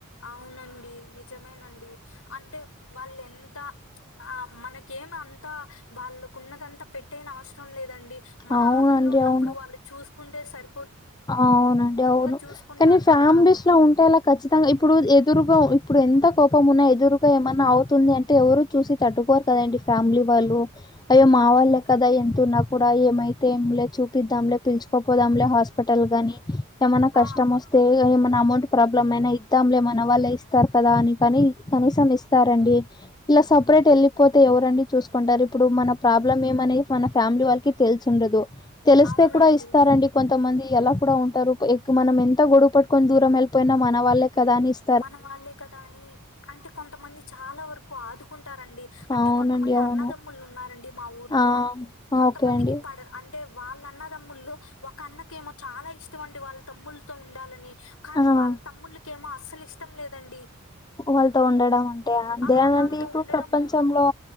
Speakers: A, on the left; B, on the left.
A: అవునండి నిజమేనండి అంటే వాళ్ళెంత ఆ మనకేమి అంతా వాళ్ళకున్నదంతా పెట్టేనవసరం లేదండి మన
B: అవునండి
A: ఆపదలో ఉన్నప్పుడు
B: అవును
A: వాళ్ళు చూసుకుంటే సరి
B: అవునండి అవును
A: చూసుకుంటారు
B: కానీ ఫ్యామిలీస్
A: కదా
B: లో ఉంటేలా ఖచ్చితంగా ఇప్పుడు ఎదురుగా ఇప్పుడు ఎంత కోపం ఉన్నా ఎదురుగా ఏమన్నా అవుతుంది అంటే ఎవరు చూసి తట్టుకోరు కదండి ఫ్యామిలీ వాళ్ళు అయ్యో మా
A: అవును
B: వాళ్ళే కదా ఎంతో నాకు కూడా ఏమైతే ఏంలే చూపిద్దాంలే పిలుచుకోపోదాంలే హాస్పిటల్ గాని ఏమైనా
A: ఆ
B: కష్టం వస్తే ఏమన్నా అమౌంట్ ప్రాబ్లమ్ అయినా ఇద్దాం లే మనవాళ్ళ ఇస్తా తారు కదా అందుకనినీ కనీసం ఇస్తారండి ఇలా సపరేట్ వెళ్ళిపోతే ఎవరండి చూసు కుంటారు ఇప్పుడు మన ప్రాబ్లమ్ ఏమనేది మన ఫ్యామిలీ వాళ్ళకి తెలిసుండదు తెలిస్తే
A: అవునండి
B: కూడా ఇస్తారండి కొంతమంది ఎలా కూడా ఉంటారు మనం ఎంత గొడవ పెట్టుకొని దూరం వెళ్ళిపోయినా మన వాళ్ళే కదా అనేసి
A: మన వాళ్ళే కదా అని అంటే కొంతమంది చాలా వరకు ఆదు కుంటారండి అంటే
B: అవునండి
A: కొంతమంది
B: అవును
A: అన్నదమ్ములు ఉన్నారండి మా ఊర్లో
B: ఆ
A: కొంతమందికి
B: ఓకే అండి
A: పడ అం అంటే వాళ్ళ అన్న దమ్ముళ్ళు ఒక అన్నకేమో చాలా ఇష్టం అండి వాళ్ళ తమ్ముళ్ళతో ఉండాలని కానీ
B: ఆ
A: వాళ్ళ తమ్ముళ్ళకేమో అస్సలు ఇష్టం లేదండి
B: వాళ్ళతో ఉండడం అంటే అంతేనండి
A: ఆ వాళ్ళతో
B: ఇప్పుడు
A: ఉండడము
B: ప్రపంచంలో